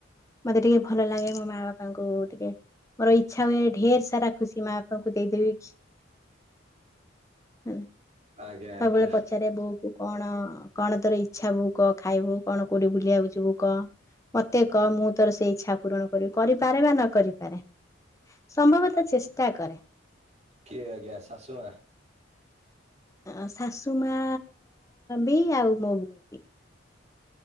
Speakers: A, on the left; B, on the right.
A: ମତେ ଟିକେ ଭଲ ଲାଗେ ମୋ ମା ବାପାଙ୍କୁ ଟିକେ ମୋର ଟିକେ ଇ ଇଚ୍ଛା ହୁଏ ଢେର ସାରା ଖୁସି ମା ବାପା ନଙ୍କୁ ଦେଇଦେବି କି ସବୁବେଳେ
B: ଆଜ୍ଞା ଆଜ୍ଞା
A: ପ ଇଛାରେ ବୋଉ କୁ କଣ କଣ ତୋ ଇ ଇଛାବୁ କହ ଖାଇବୁ କଣ କୋଉଠି ଭୁଲି ଆକୁୁଯିବୁ କହ? ମତେ କହ ମୁଁ ତୋର ସେଇ ଇଚ୍ଛା ପୂରଣ କରିବି କରିପାରେ ବା ନ କରିପାରେ। ସମ୍ଭବତ ଚେଷ୍ଟା କରେ।
B: କିଏ ଆଜ୍ଞା ଶାଶୁମାଆ?
A: ଅ ଶାଶୁମା ବି ଆଉ ମୋ ବୋ